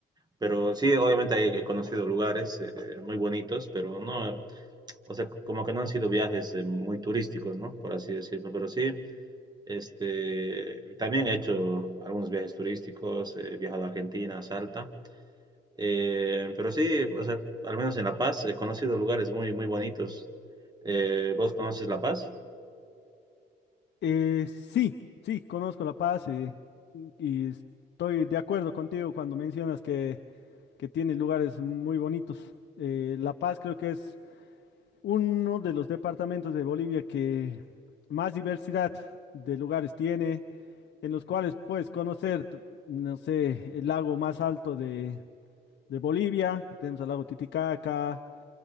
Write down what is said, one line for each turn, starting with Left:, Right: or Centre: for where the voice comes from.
Right: pero sí, obviamente ahí he conocido lugares eh, muy bonitos, pero no, o sea, como que no han sido viajes eh, muy turísticos, ¿no? Por así decirlo, pero sí. Este, también he hecho algunos viajes turísticos, he viajado a Argentina, a Salta, Eh, pero sí, o sea, al menos en La Paz he conocido lugares muy, muy bonitos. Eh, ¿vos conoces La Paz?
Left: Eh, sí, sí, conozco La Paz eh, y estoy de acuerdo contigo cuando mencionas que, que tiene lugares muy bonitos. Eh, La Paz creo que es uno de los departamentos de Bolivia que más diversidad de lugares tiene, en los cuales puedes conocer, t- no sé, el lago más alto de, de Bolivia, que tenemos el lago Titicaca,